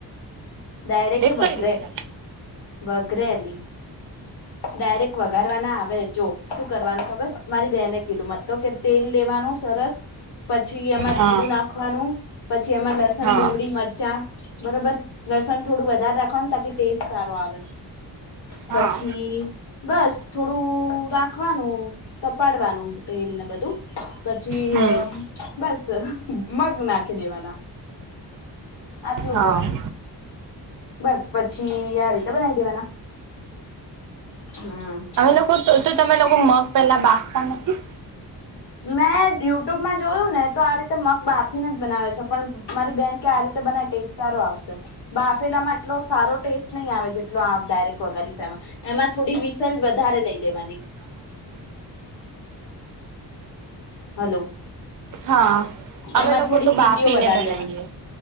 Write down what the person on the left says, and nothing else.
ડાયરેક્ટ કે
વઘરે
વઘરે અલી ડાયરેક્ટ વઘારવા ના આવે. જો શું કરવાનું ખબર મારી બેને કીધું મત તો કે તેલ લેવાનું સરસ પછી એમાં
જીરું નાખવાનું. પછી એમાં લસણ,
ડુંગળી, મરચા બરોબર લસણ થડું વધારે રાખવાનું તાકી ટેસ્ટ સારો આવે.
પછી બસ થોડું રાખવાનું તપાડવાનું તેલ ને બધું પછી
અમ બસ મગ નાખી દેવાના. આટલું
જ હોય. બસ પછી આ રીતે બનાવી દેવાના હમ
મેં ડુયુટ્યુબમાં જોયું ને તો આ રીત તો મગ બાફીને જ બનાવે છે. પણ મારી બેન કે આ રીતે બના ટેસ્ટ સારો આવશે. બાફેલામાં એટલો સારો ટેસ્ટ નહી આવે જેટલો આમ ડાયરેક્ટ વગારીશ એમાં. એમાં થોડી વિસલ વધારે લઈ લેવાની. હલો.
એમાં
થોડી
સીટીઓ
વધારે
લેવાની.